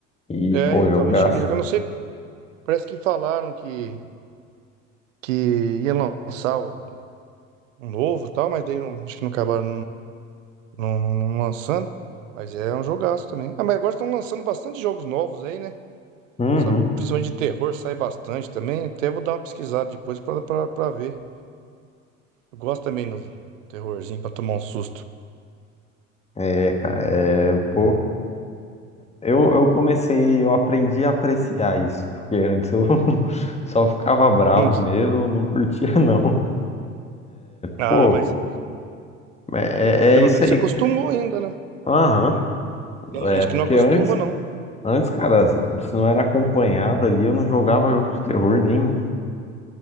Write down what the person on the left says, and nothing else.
E,
pô,
jogaço.
Uhum.
É, cara, é, pô. Eu, eu comecei, eu aprendi a apreciar isso. Porque antes eu <laughs> só ficava bravo
mesmo, não curtia, <laughs> não.
Pô,
é,
é é isso
aí.
cara.
Aham.
É, porque
antes,
antes, cara, se não era acompanhado ali, eu não jogava jogo de terror nem.